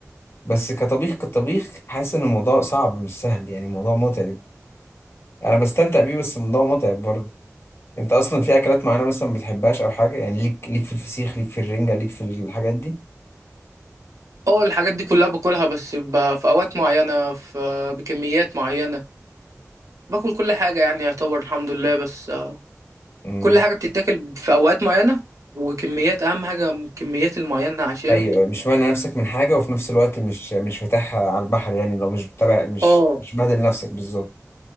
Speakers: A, on the left; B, on the right.
A: بس كطبيخ كطبيخ حاسس ان الموضوع صعب مش سهل يعني الموضوع متعب انا بستمتع بيه بس الموضوع متعب برضه انت اصلا في اكلات معينه مثلا ما بتحبهاش او حاجه يعني ليك ليك في الفسيخ ليك في الرنجه ليك في الحاجات دي
B: اه الحاجات دي كلها باكلها بس ب- في اوقات معينه في بكميات معينه باكل كل حاجه يعني يعتبر الحمد لله بس آه،
A: امم
B: كل حاجه بتتاكل في اوقات معينه وكميات اهم حاجه الكميات المعينه عشان
A: ايوه مش مانع نفسك من حاجه وفي نفس الوقت مش مش فاتحها على البحر يعني لو مش متابع مش
B: اه
A: مش بادل نفسك بالظبط